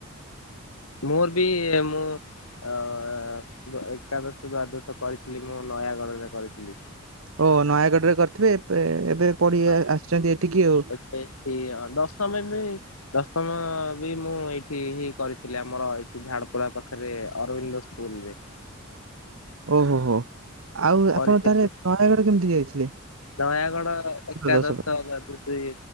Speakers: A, on the left; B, on the right.
A: ମୋର ବି ମୁଁ ଅ ଏକାଦଶ ଦ୍ୱାଦଶ। କରିଥିଲି ମୁଁ ନୟାଗଡ ରେ କରିଥିଲି।
B: ଓ ନୟାଗଡ଼ ରେ କରିଥିବେ ଏପେ ଏବେ। ପଢି
A: ହଁ
B: ଆସିଛନ୍ତି ଏଠିକି ଆଉ
A: ଏ ପେଥୀ ଦଶମ ବି ଦସମ। ବି ମୁଁ ଏଇଠି ହି କରିଥିଲି ଆମର ଏଠି ଝାଡପଡା ପାଖରେ ଅରବିନ୍ଦ ସ୍କୁଲରେ।
B: ଓହୋ ହୋ ହୋ ଆଉ
A: କରିଥିଲି
B: ଆପଣ ତାହେଲେ ନୟାଗଡ କେମିତି ଯାଇଥିଲେ?
A: ନୟାଗଡ଼ ଏକାଦଶ
B: ଦଶ ପାଇଁ
A: ଦ୍ବାଦଶ ଇଏ